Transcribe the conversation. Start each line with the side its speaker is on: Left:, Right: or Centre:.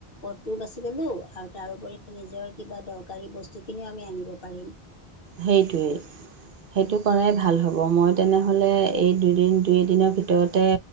Left: পথটোও বাচি ল'লো আৰু তাৰউপৰি নিজৰ কিবা দৰকাৰী বস্তুখিনিও আমি আনিব পাৰিম।
Right: সেইটোৱেই। সেইটো কৰাই ভাল হ'ব। মই তেনেহ'লে এই দুইদিন দুই এদিনৰ ভিতৰতে